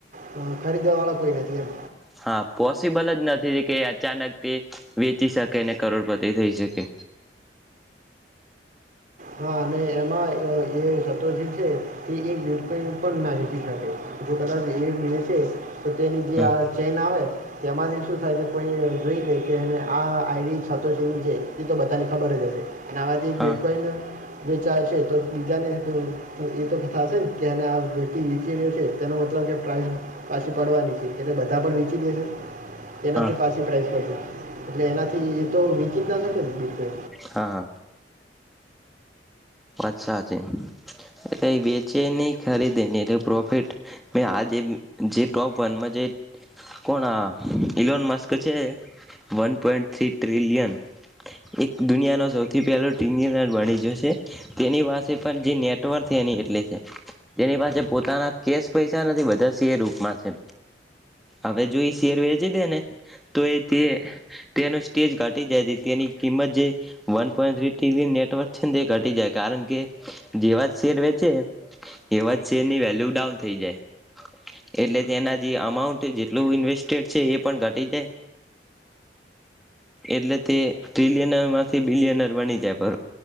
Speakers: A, on the right (about 50°); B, in the centre.
A: હા ખરીદ વાળા કોઈ નતી એમ
B: હા પોસિબલ જ નથી કે અચાનકથી વેચી શકે ને કરોડપતિ થઈ શકે
A: હા અને એમાં અ એ સત્ર જીવ છે. એ એક <unintelligible> ના જો કદાચ એ વેચે તો તેની જે
B: હા
A: આ ચેન આવે તેમાંથી શું થાય કે કોઈ જોઈ લે કે આ આઈ સાતો છે એ તો બધાને ખબર જ હશે. નાવાથી
B: હા
A: બિટકોઈન બે ચાલ છે તો બીજાને એ તો થશે ને કે આ વ્યક્તિ વેચી રહ્યો છે તેનો મતલબ કે પ્રાઇસ પાછી પડવાની છે. એટને બધા પણ વેચી દેશે એનાથી
B: હા
A: પાછી પ્રાઇસ પર છે. એટલે એનાથી એ તો વીચી જ ન શકે બીટ કો
B: હા હા અછા છે એટલે વેચે ની ખરીદે ની એટલે પ્રોફિટ મે આજ ટોપ વનમાં જે કોણ અ ઈલોનમસ્ક છે વન પોઈન્ટ થરી ટીલિયન એક દુનિયાનો સૌથી પેલો ટીલિયન બની ગયો છે. તેની પાસે પણ જે નેટવર્ક એની એટલી છે તેની પાસે પોતાના કેશ પૈસા નથી બધા શેર રૂપમાં છે હવે જો એ શેર વેચી દે ને તો એ તેનો સ્ટેજ ઘટી જાય તેની કિંમત જે વન પોઈ થીરી ટીરીયન નેટવર્ક છે ને તે કારણ કે જેવા જ શેર વેચે એવા જ શેરની વેલ્યુ ડાઉન થઈ જાય એટલે તેના જે અમાઉન્ટ જેટલું ઇન્વેસ્ટેડ છે એ પણ ઘટી જાય એટલે તે ટ્રીલિયનરમાંથી બિલિયનર બની જાય